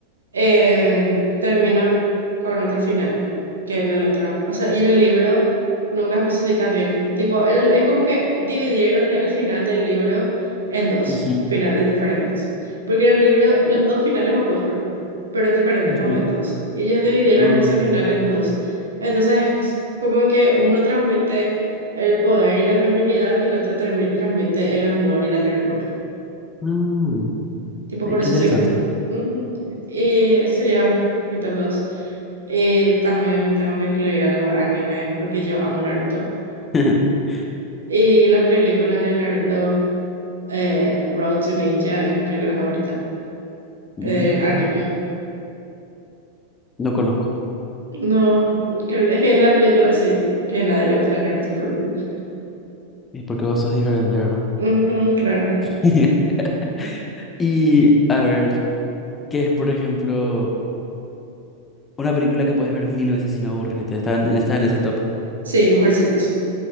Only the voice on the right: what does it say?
eh, termina con otro final que en el otro. O sea, y en el libro nunca especifica bien. Tipo, él, es como que dividieron el final del libro en dos
finales diferentes. Porque en el libro los dos finales ocurren, pero en diferentes
momentos. Y ellos dividieron
ese final en dos. Entonces, es como que uno transmite el poder y la feminidad y el otro termi- transmite el amor y la ternura.
Tipo,
por
eso
siempre. Ujú. Y ese sería mi top 2. Eh, también tengo que incluir algo de anime porque yo amo Naruto.
Y la película de Naruto, eh, Road to Ninja, es mi película favorita.
Eh, anime.
No, que- es que es la película así, que a nadie le gusta de Naruto, pero a mí me gusta.
Ujú, claro.
Sí, Mujercitas.